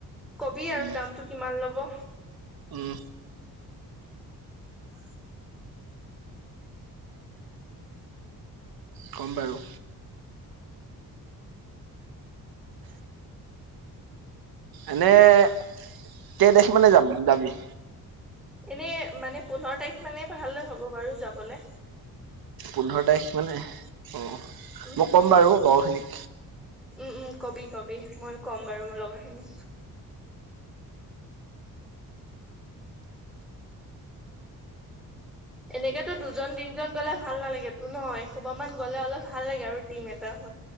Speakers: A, in the centre; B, on the right.
A: কবি আৰু
B: উম,
A: দামটো কিমান ল'ব।
B: উম!
A: উ
B: কম বাৰু। এনে কেই তাৰিখ মানে যাম যাবি।
A: এনে মানে পোন্ধৰ তাৰিখ মানে ভালে হ'ব বাৰু যাবলে
B: পোন্ধৰ তাৰিখ মানে অ মই
A: উম,
B: ক'ম বাৰু লগৰখিনি।
A: উম, উম, কবি কবি মই কম বাৰু মোৰ লগত খিনি। এনেকেতো দুজন তিনজন গলে ভাল নালাগে তো ন এহোপা মান গ'লে অলপ ভাল লাগে আৰু টিম এটা